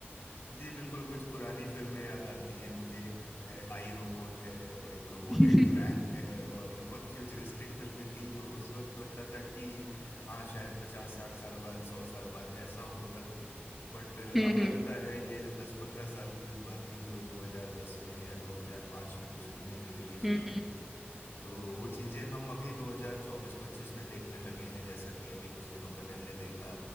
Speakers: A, on the left; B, in the centre.
A: जी बिल्कुल कुछ पुरानी फिल्में याद आती हैं मुझे एक है आई रोबोट है और एक रोबोट
B: <laughs>
A: एंड
B: हम्म
A: फ्रैंक है और ये बहुत फ्यूचरिस्टिक फिल्में थीं जो उस वक्त लगता था कि हाँ शायद पचास साठ साल बाद सौ साल बाद ऐसा होगा बट अब
B: हम्म
A: लगता है ये दस पंद्रह साल की ही बात थी जो 2010 में या 2005 में कुछ फिल्में जो रिलीज
B: हम्म
A: हुई हैं तो वो चीजें हम अभी 2024-25 में देखने लगे हैं जैसा कि अभी कुछ दिनों पहले हमने देखा